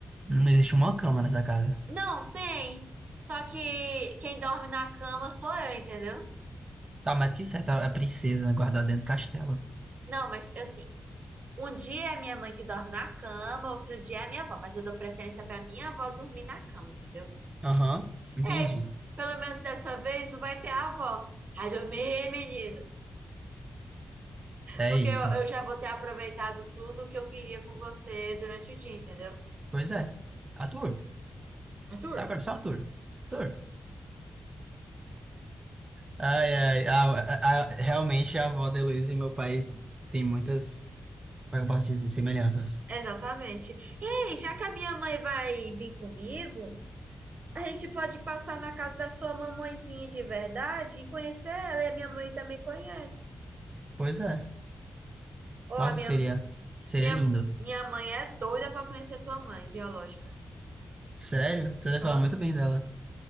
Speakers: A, on the right (about 30°); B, on the right (about 55°).
A: Não existe uma cama nessa casa.
B: Não, tem. Só que quem dorme na cama sou eu, entendeu?
A: Tá mais que certo, a a princesa guardada dentro do castelo.
B: Não, mas assim, um dia é minha mãe que dorme na cama, outro dia é a minha avó. Mas eu dou preferência pra minha avó dormir na cama, entendeu?
A: Aham, entendi.
B: É, pelo menos dessa vez não vai ter a avó. Ai, dormi, menina.
A: É
B: Porque
A: isso.
B: eu, eu já vou ter aproveitado tudo que eu queria com você durante o dia, entendeu?
A: Pois é. Ator.
B: Arthur?
A: Sabe agora? Só ator. Ator. Ai, ai. A, a- a- realmente a avó da Heloísa e meu pai tem muitas, como é que eu posso dizer, semelhanças.
B: Exatamente. Ei, já que a minha mãe vai vir comigo, a gente pode passar na casa da sua mamãezinha de verdade e conhecer ela. E a minha mãe também conhece.
A: Pois é.
B: Ou
A: Nossa,
B: a minha,
A: seria, seria
B: minha,
A: lindo.
B: minha mãe é doida para conhecer tua mãe biológica.
A: Sério? Você deve
B: Aham,
A: falar muito bem dela.